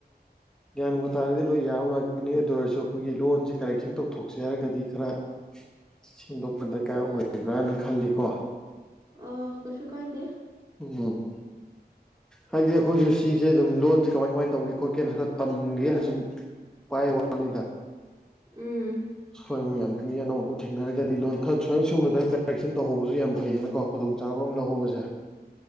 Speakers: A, in the centre; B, on the right.
A: ꯒ꯭ꯌꯥꯟꯒꯕ ꯇꯥꯔꯗꯤ ꯂꯣꯏ ꯌꯥꯕ ꯉꯥꯛꯇꯅꯤ ꯑꯗꯨ ꯑꯣꯏꯔꯁꯨ ꯑꯩꯈꯣꯏꯒꯤ ꯂꯣꯟꯁꯦ ꯀꯔꯦꯛꯁꯟ ꯇꯧꯊꯣꯛꯁꯤ ꯍꯥꯏꯔꯒꯗꯤ ꯈꯔ ꯁꯦꯝꯗꯣꯛꯄ ꯗꯔꯀꯥꯔ ꯑꯣꯏꯕ꯭ꯔꯥꯅ ꯈꯜꯂꯤꯀꯣ
B: ꯑ ꯀꯁꯨ ꯀꯥꯏꯗ
A: ꯎꯝ ꯍꯥꯏꯥꯏꯗꯤꯦ ꯈꯣꯏꯁꯤꯁꯤ ꯁꯤꯁꯦ ꯑꯗꯨꯝ ꯂꯣꯟꯁꯦ ꯀꯃꯥꯏ ꯀꯃꯥꯏꯅ ꯇꯧꯒꯦ ꯈꯣꯠꯀꯦꯅ ꯈꯔ ꯇꯝꯒꯦꯅ ꯁꯨꯝ ꯄꯥꯏ ꯋꯥꯅꯤꯗ
B: ꯎꯝ
A: ꯑꯩꯈꯣꯏ ꯃꯌꯥꯝꯗꯒꯤꯪꯅꯤ ꯑꯅꯧ ꯑꯅꯧꯕ ꯊꯦꯡꯅꯔꯒꯗꯤ ꯂꯣꯟ ꯈꯔ ꯁꯅ ꯁꯒꯨꯝꯕꯗ ꯀꯔꯦꯛꯁꯟ ꯇꯧꯍꯧꯕꯁꯨ ꯌꯥꯝ ꯐꯩꯗꯅꯀꯣ ꯈꯨꯗꯣꯡ ꯆꯥꯕ ꯑꯃ ꯂꯧꯍꯧꯕꯁꯦ